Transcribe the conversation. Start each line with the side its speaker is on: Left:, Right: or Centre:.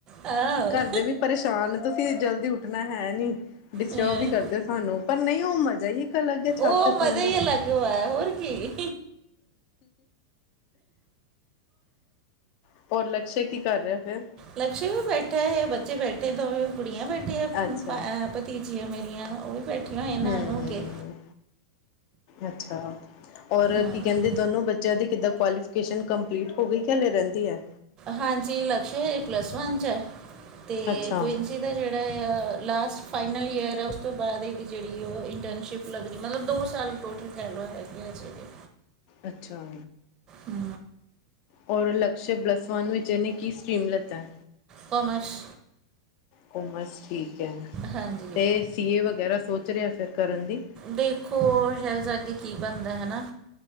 Right: ਆਹੋ
Left: ਕਾਰਦੇ ਵੀ ਪਰੇਸ਼ਾਨ ਤੁਸੀਂ ਜਲਦੀ ਉੱਠ ਠਣਾ ਹੈ ਨੀ ਡਿਸਟਰਬ
Right: ਹਾਂ
Left: ਹੀ ਕਰਦੇ ਹੋ ਸਾਨੂੰ ਪਰ ਨਈ ਓ ਮਜ਼ਾ ਹੀ ਅਲੱਗ ਹੈ ਛੱਤ
Right: ਓ
Left: ਤੇ
Right: ਮਜ਼ਾ
Left: ਸੌਣ
Right: ਈ
Left: ਦਾ।
Right: ਅਲੱਗ ਵਾ ਹੋਰ ਕੀ
Left: ਹੂੰ ਚੈਕ ਕੀ ਕਰ ਰੇਹਾ ਫੇਰ
Right: ਲਕਸ਼ੇ ਵੀ ਬੈਠਾ ਆ ਬੱਚੇ ਬੈਠੇ ਦੋਵੇਂ ਕੁੜੀਆਂ ਬੈਠੀਆ ਅ
Left: ਅੱਛਾ।
Right: ਪਤੀਜੀਆਂ ਮੇਰੀਆਂ ਓ ਵੀ ਬੈਠੀਆਂ ਹੋਈਆਂ ਨਾ-ਨੂੰ
Left: ਹੂੰ,
Right: ਕੇ।
Left: ਅੱਛਾ ਹੋਰ
Right: ਹਾਂ
Left: ਕੀ ਕੈੰਦੇ ਦੋਨੋ ਬੱਚਿਆਂ ਦੀ ਕਿੱਦਾਂ ਕੁਆਲੀਫਿਕੇਸ਼ਨ ਕੰਪਲੀਟ ਹੋ ਗਈ ਕੇ ਹਲੇ ਰੈਂਦੀ ਐ।
Right: ਹਾਂਜੀ ਲਕਸ਼ ਹਜੇ ਪਲੱਸ ਵਨ ਚ ਐ ਤੇ
Left: ਅੱਛਾ।
Right: ਕਵਿੰ ਅ ਇਹਦਾ ਜੇੜਾ ਆ ਲਾਸਟ ਫਾਈਨਲ ਈਅਰ ਆ ਉਸ ਤੋਂ ਬਾਅਦ ਇਹਦੀ ਜੇੜੀ ਓ‌ ਇੰਟਰਨਸ਼ਿਪ ਲੱਗਨੀ ਮਤਲਬ ਦੋ ਸਾਲ ਟੋਟਲ ਕਹਿ ਲੋ ਹੈਗੇ ਆ ਹਜੇ ਵੀ।
Left: ਅੱਛਾ।
Right: ਹੂੰ।
Left: ਔਰ ਲਕਸ਼ ਬਲੱਸਵਾਨ ਵਿੱਚ ਇਹਨੇ ਕੀ ਸਟ੍ਰੀਮ ਲਿਤਾ।
Right: ਕੋਮਰਸ਼
Left: ਕੋਮਸ ਠੀਕ ਐ
Right: ਹਾਂਜੀ
Left: ਤੇ ਸੀ ਏ ਵਗੈਰਾ ਸੋਚ ਰੇਹਾ ਫਿਰ ਕਰਨ ਦੀ
Right: ਦੇਖੋ ਹੈੱਲ ਸਾਡੇ ਕੀ ਬਣਦਾ ਹੈਨਾ